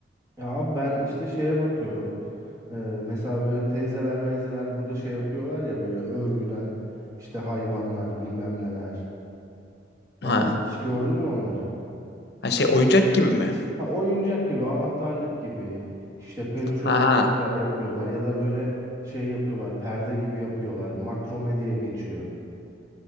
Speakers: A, on the right; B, on the left.
A: Ya abi ben işte şeye bakıyorum. E, mesela böyle teyzeler meyzeler burada şey yapıyorlar ya böyle örgüden işte hayvanlar bilmem neler falan.
B: Ha.
A: Hiç gördün mü onları?
B: Ha şey oyuncak gibi mi?
A: Ha oyuncak gibi, anahtarlık gibi işte peluş
B: Ha,
A: Hmm. oyuncaklar
B: ha.
A: yapıyorlar ya da böyle şey yapıyorlar, perde gibi yapıyorlar. Makrome diye geçiyor.